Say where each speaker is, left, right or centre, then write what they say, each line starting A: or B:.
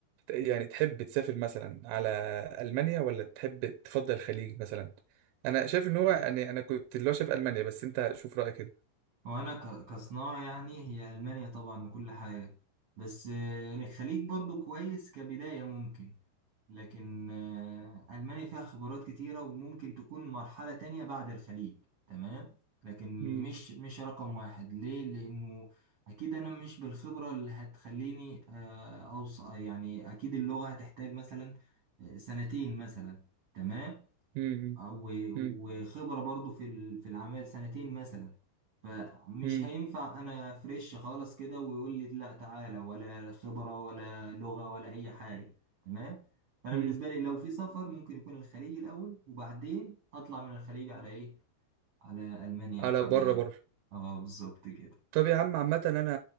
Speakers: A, on the right; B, on the right.
A: ت- يعني تحب تسافر مثلا على المانيا ولا تحب تفضل الخليج مثلا انا شايف ان هو يعني انا كنت اللي هو شايف المانيا بس انت شوف رايك كده
B: هو انا ك- كصناعة يعني هي المانيا طبعا وكل حاجة بس آه، الخليج برضو كويس كبداية ممكن لكن آه، المانيا فيها خبرات كتيرة وممكن تكون مرحلة تانية بعد الخليج تمام لكن
A: مم،
B: مش مش رقم واحد ليه لانه اكيد انا مش بالخبرة اللي هتخليني اوصل يعني اكيد اللغة هتحتاج مثلا آه، سنتين مثلا تمام
A: مم،
B: آه، و- وخبرة
A: مم،
B: برضو في ال- في الأعمال سنتين مثلا فمش
A: مم،
B: هينفع أنا فريش خالص كده ويقول لي لا تعالى ولا خبرة ولا لغة ولا أي حاجة تمام فأنا
A: مم.
B: بالنسبة لي لو في سفر ممكن يكون الخليج الأول وبعدين أطلع من الخليج على إيه على ألمانيا
A: على
B: وكده
A: بره
B: يعني.
A: بره
B: اه بالظبط كده
A: طب يا عم عامة أنا